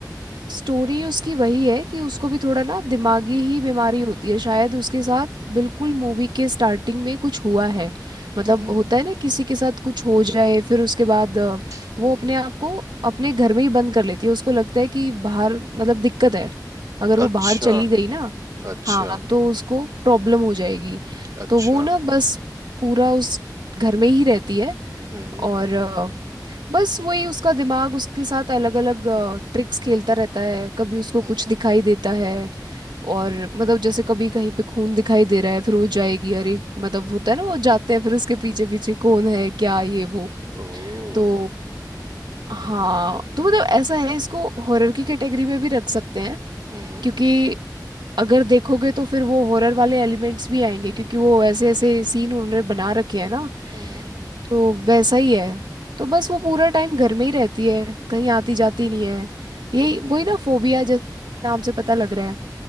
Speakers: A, on the right (about 90°); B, on the right (about 50°).
A: स्टोरी उसकी वही है कि उसको भी थोड़ा ना दिमागी ही बीमारी होती है शायद उसके साथ बिल्कुल मूवी के स्टार्टिंग में कुछ हुआ है मतलब
B: हम्म
A: होता है ना किसी के साथ कुछ हो जाए फिर उसके बाद अ,
B: हम्म।
A: वो अपने आप को अपने घर में ही बंद कर लेती है उसको लगता है कि बाहर मतलब दिक्कत है अगर वो
B: अच्छा
A: बाहर चली गई ना
B: अच्छा
A: हाँ तो उसको प्रॉब्लम हो जाएगी
B: अच्छा
A: तो वो ना बस पूरा उस घर में ही रहती है
B: हम्म
A: और बस वही उसका दिमाग उसके साथ अलग अलग ट्रिक्स खेलता रहता है कभी उसको
B: हम्म।
A: कुछ दिखाई देता है और मतलब जैसे कभी कहीं पे खून दिखाई दे रहा है फिर वो जाएगी अरे मतलब होता है ना वो जाते हैं फिर उसके पीछे पीछे कौन है क्या ये वो
B: ओह
A: तो हाँ
B: हम्म
A: तो मतलब ऐसा है इसको हॉरर की कैटेगरी में भी रख सकते हैं
B: हम्म
A: क्योंकि अगर देखोगे तो फिर वो हॉरर वाले एलिमेंट्स भी आएंगे क्योंकि वो ऐसे ऐसे सीन उन्होंने बना रखे हैं ना
B: हम्म
A: तो वैसा ही है तो बस वो पूरा टाइम घर में ही रहती है कहीं आती जाती नहीं है यही वही
B: हम्म
A: ना फोबिया जैसे नाम से पता लग रहा है